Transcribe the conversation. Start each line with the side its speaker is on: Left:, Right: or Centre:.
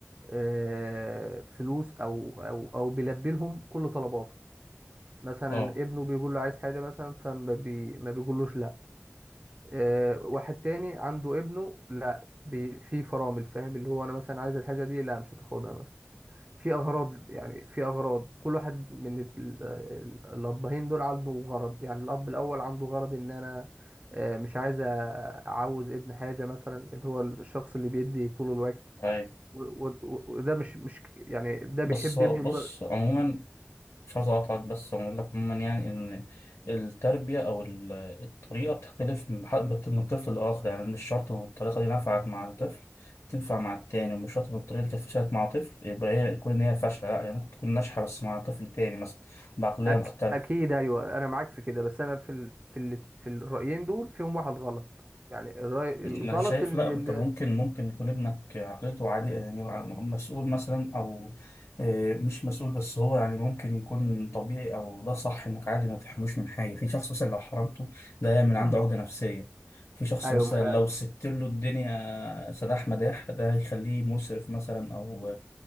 Right: آه، فلوس او او او بيلبي لهم كل طلباته مثلا
Left: اه
Right: ابنه بيقول له عايز حاجة مثلا فما بي... ما بيقولوش لا آه واحد تاني عنده ابنه لا بي... في فرامل فاهم اللي هو انا مثلا عايز الحاجة دي لا مش هتاخدها مثلا في اغراض يعني في اغراض كل واحد من ال- ال- الابهين دول عنده غرض يعني الاب الاول عنده غرض ان انا آه مش عايز أ- اعوز ابن حاجة مثلا اللي هو الشخص اللي بيدي طول الوقت
Left: اي
Right: و- و- وده مش مش يعني ده
Left: بس
Right: بيحب
Left: بص
Right: ابنه
Left: عموما مش عايز اقاطعك بس اقول لك عموما يعني ان التربية او ال- الطريقة بتختلف من ح- من طفل لاخر يعني مش شرط ان الطريقة دي نفعت مع الطفل تنفع مع التاني ومش شرط ان الطريقة دي كانت فشلت مع طفل يبقى هي تكون ان هي فاشلة لا هي ممكن تكون ناجحة بس مع طفل تاني مثلا بعقلية
Right: أك...
Left: مختلفة
Right: اكيد ايوه انا معاك في كده بس انا في ال... في ال... في الرايين دول فيهم واحد غلط يعني الراي
Left: انا
Right: الغلط
Left: شايف
Right: ان
Left: لا انت
Right: ال...
Left: ممكن ممكن يكون ابنك عقليته عادية يعني مسؤول مثلا او آه، مش مسؤول بس هو يعني ممكن يكون طبيعي او ده صح انك عادي ما تحرموش من حاجة في شخص مثلا لو حرمته ده يعمل
Right: <clears throat>
Left: عنده عقدة نفسية في شخص
Right: ايوه
Left: مثلا
Right: ما...
Left: لو سبت له الدنيا سداح مداح ده هيخليه مسرف مثلا او